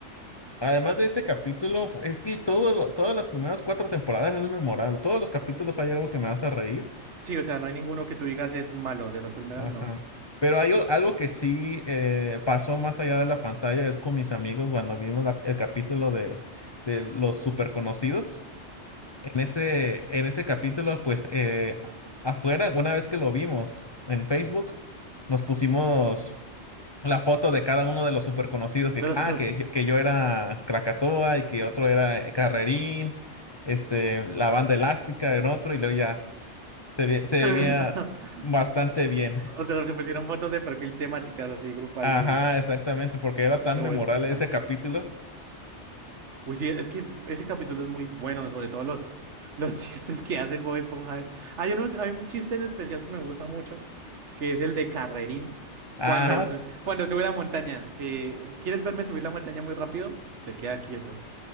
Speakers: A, on the left; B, on the right.
A: Además de ese capítulo, fu- es que todo lo- todas las primeras cuatro temporadas es memorable. Todos los capítulos hay algo que me hace reír.
B: Sí, o sea, no hay ninguno que tú digas es malo. De las primeras,
A: Ajá.
B: no.
A: Pero hay o- algo que sí eh, pasó más allá de la pantalla, es con mis amigos cuando vimos la- el capítulo de, de los super conocidos. En ese, en ese capítulo, pues eh, afuera, una vez que lo vimos en Facebook, nos pusimos la foto de cada uno de los super conocidos que,
B: De los...
A: ah, que, yo- que yo era Krakatoa y que otro era Carrerín, este, la banda elástica era otro y luego ya se, ve- se
B: <laughs>
A: veía bastante bien.
B: O sea, se pusieron fotos de perfil temáticas así, grupal
A: Ajá,
B: de,
A: exactamente, porque era tan
B: de
A: memorable
B: Bob Esponja.
A: ese capítulo.
B: Uy, sí, es que ese capítulo es muy bueno, sobre todo los, los <laughs> chistes que hace el Bob Esponja. Hay uno, hay un chiste en especial que me gusta mucho, que es el de Carrerín,
A: Ajá.
B: cuando, su- cuando sube la montaña, que ¿quieres verme subir la montaña muy rápido? Se queda quieto.